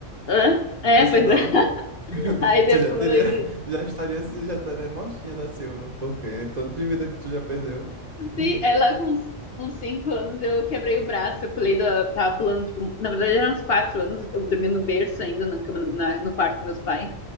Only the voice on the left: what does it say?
Hã?
É,
pois é. <laughs>
Aí depois.
Sim,
aí lá com uns, uns cinco anos eu quebrei o braço, eu pulei da. Tava pulando, tipo, na verdade eram uns quatro anos, eu dormi no berço ainda, na cama, na- no quarto dos meus pais.